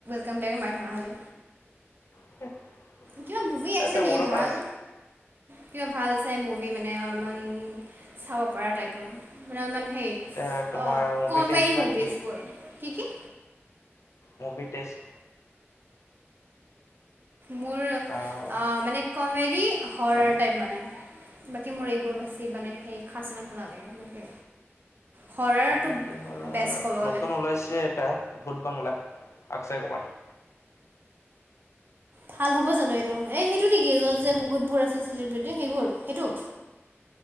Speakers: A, on the right; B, on the left.
A: কম বেক মাৰি থকা হ'লে
B: <unintelligible>
A: কিবা মুভি
B: আচ্ছা
A: আছে নেকি
B: মোৰো
A: ভাল?
B: পাঁচ
A: কিবা ভাল চাই মুভি মানে অলপমান চাব পৰা টাইপৰ মানে অলপমান সেই
B: এতিয়া তোমাৰ
A: অ
B: মুভি
A: কমেডি
B: টেষ্ট বা
A: মুভিজ
B: কি
A: বোৰ, কি কি?
B: মুভি টেষ্ট
A: মোৰ
B: আহ
A: মানে অঁ কমেডি হৰৰ টাইপ মানে। বাকী মোৰ এইবোৰ বাছি মানে সেই খাচ ইমান ভাল নালাগে বাকী হৰৰটো
B: কমেডিয়ানৰ
A: বেষ্ট ক'ব গ'লে
B: নতুন ওলাইছে এটা বুট বাংলা অক্ষয় কুমাৰ।
A: ভাল হ'ব জানো এইটো, এই সেইটো নেকি য'ত যে বহুতবোৰ আছে চেলিব্ৰিটি সেইবোৰ সেইটো।